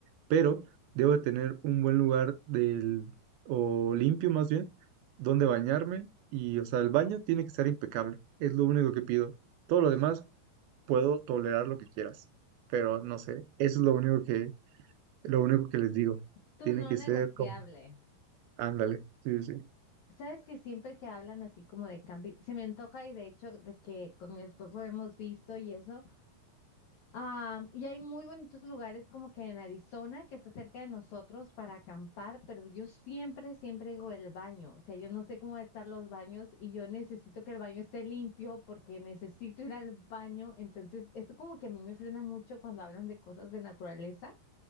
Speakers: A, on the right (about 85°); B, on the left (about 80°).
A: pero debo de tener un buen lugar del, o limpio más bien, donde bañarme y, o sea, el baño tiene que estar impecable, es lo único que pido. Todo lo demás puedo tolerar lo que quieras, pero no sé, eso es lo único que, lo único que les digo.
B: tu
A: Tiene
B: no
A: que
B: negociable.
A: ser como, ándale, sí, sí. sí.
B: Sabes que siempre que hablan así como de cambio, se me antoja y de hecho de que con mi esposo hemos visto y eso. Am, y hay muy bonitos lugares como que en Arizona, que está cerca de nosotros para acampar, pero yo siempre, siempre digo el baño. O sea, yo no sé cómo van a estar los baños y yo necesito que el baño esté limpio porque necesito ir al baño. Entonces, eso como que a mí me frena mucho cuando hablan de cosas de naturaleza.